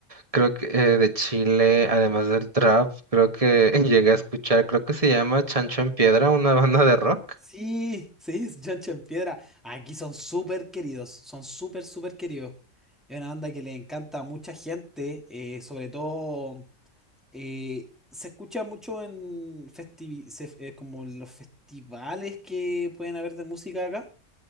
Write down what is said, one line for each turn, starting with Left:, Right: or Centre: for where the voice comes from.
Right: creo que eh, de Chile, además del trap, creo que <laughs> llegué a escuchar, creo que se llama Chancho en Piedra, una banda de rock.
Centre: Sí, sí, <laughs> es Johnson Piedra. Aquí son súper queridos, son súper, súper queridos. Es una banda que le encanta a mucha gente, eh, sobre todo eh, se escucha mucho en festivi- se- eh, como en los festivales que pueden haber de música acá.